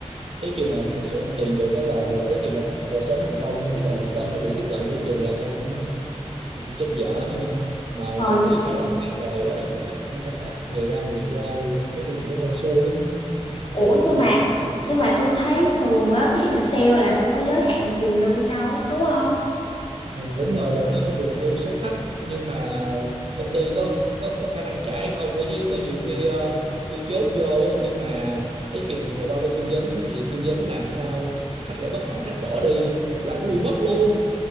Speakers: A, on the right; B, on the left.
A: tới trường mà thật sự ăn tiền được đó là là tới trường mà thật hồ sơ nó thành công thôi chứ còn hồ sơ nó bị đứt đoạn giữa trường là thôi cũng cũng chết dở nữa mà
B: ờ
A: nghĩ sao làm quá trời quá đất mà khách cũng ra người ra người vô nói chung cũng hên xui lắm
B: ủa
A: ồ không
B: nhưng
A: biết vì
B: mà
A: sao
B: nhưng mà tôi thấy thường á ví dụ sale là đâu có giới hạn tiền lương đâu đúng không
A: ừ, đúng rồi là nó sẽ phụ thuộc vô số khách nhưng mà công ty có có có khả năng trả hay không nữa chứ có nhiều khi ờ, khi chốt vô á nhưng mà tới chừng mà qua bên tư vấn thì tư vấn làm sao khách lại bất mãn khách bỏ đi là cũng bị mất luôn